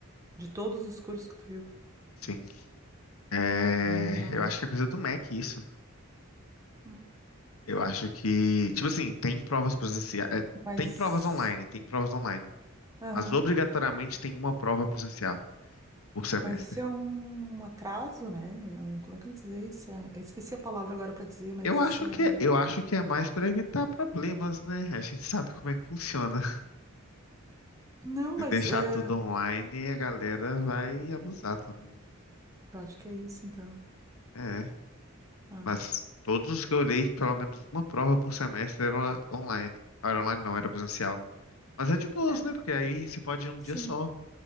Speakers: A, on the right (about 15°); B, on the left (about 80°).
A: De todos os cursos que tu viu.
B: Sim. É,
A: Ah,
B: eu acho que é coisa do Mac isso.
A: Hum.
B: Eu acho que, tipo assim, tem provas presenciais, é,
A: mas.
B: tem provas online, tem provas online,
A: Aham.
B: mas obrigatoriamente tem uma prova presencial por semestre.
A: Mas isso é um atraso, né? É um, como é que eu vou dizer isso? É- eu esqueci a palavra agora para dizer, mas
B: Eu acho
A: isso é.
B: que, eu acho que é mais para evitar problemas, né? A gente sabe como é que funciona. <laughs>
A: Não,
B: Se
A: mas.
B: deixar
A: eh,
B: tudo online, a galera vai abusar também.
A: Eu acho que é isso, então.
B: É,
A: Ah,
B: mas todos os que eu olhei, pelo menos uma prova por semestre era online. Era online não, era presencial. Mas é de boas,
A: é,
B: né? Porque aí você pode ir um
A: sim.
B: dia só.